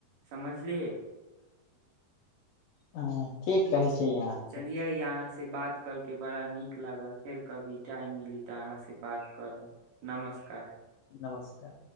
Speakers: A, on the right (about 70°); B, on the left (about 80°).
A: समझलो
B: ह ठीक कहै छै अहाँके
A: चलियै अहाँ से बात करके बड़ा नीक लागल फेर कभी टाइम मिली तऽ अहाँ से बात करब नमस्कार
B: नमस्कार